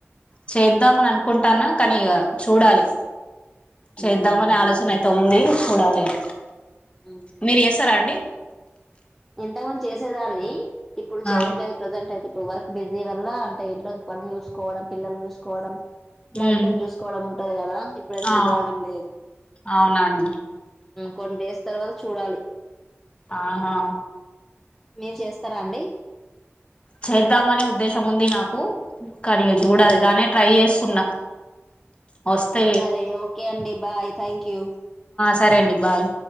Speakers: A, on the left; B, in the centre.
A: చేద్దామని అనుకుంటాన్నా కానీ ఇక చూడాలి. చేద్దామనే
B: ఉమ్
A: ఆలోచన అయితే ఉంది చూడాలి. ఇగ
B: ఉమ్
A: మీరు చేస్తారా అండి?
B: ఎంత మంది చేసేదాన్ని. ఇప్పుడు చేయట్లేదు
A: ఆ
B: ప్రెజెంట్ అయితే. ఇప్పుడు వర్క్ బిజీ వల్ల అంటే ఇంట్లో పని చూసుకోవడం పిల్లలని చూసుకోవడం మా హస్బెండ్
A: ఉమ్
B: ను చూసుకోవడం ఉంటది కదా ఇప్పుడు అది
A: ఆ
B: కుదరడం లేదు
A: అవునండి
B: కొన్ని డేస్ తర్వాత చూడాలి
A: ఆహా
B: మీరు చేస్తారా అండి?
A: చేద్దాం అనే ఉద్దేశం ఉంది నాకు. కానీ,
B: మ్మ్
A: చూడాలి దాన్నే ట్రై చేస్తున్నా. వస్తే
B: సరే ఓకే అండి బాయ్ థ్యాంక్ యూ
A: సరే అండి బాయ్